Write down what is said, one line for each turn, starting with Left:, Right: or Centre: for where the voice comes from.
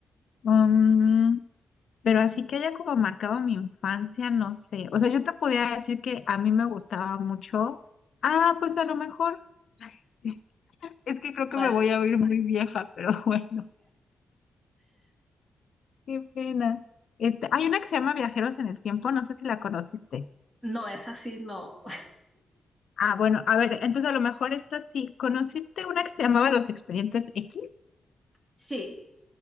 Left: mm, pero así que haya como marcado mi infancia, no sé. O sea, yo te podía decir que a mí me gustaba mucho. Ah, pues a lo mejor <laughs> es que creo
Centre: ¿Cuál?
Left: que me voy a oír muy vieja, pero <laughs> bueno, qué pena. Este, hay una que se llama Viajeros en el Tiempo, no sé si la conociste.
Centre: No, es así, no. <laughs>
Left: Ah, bueno, a ver, entonces a lo mejor esta sí. ¿Conociste una que se llamaba Los Expedientes X?
Centre: Sí,